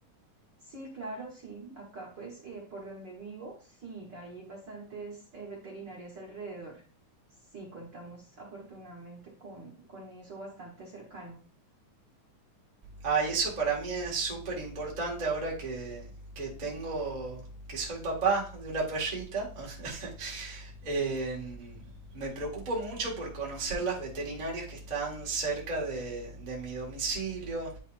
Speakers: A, on the right (about 45°); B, on the right (about 20°).
A: Sí, claro, sí. Acá, pues, eh, por donde vivo, sí, hay bastantes eh, veterinarias alrededor. Sí, contamos afortunadamente con, con eso bastante cercano.
B: Ah, y eso para mí es súper importante ahora que, que tengo, que soy papá de una perrita. <laughs> Eh, me preocupo mucho por conocer las veterinarias que están cerca de, de mi domicilio.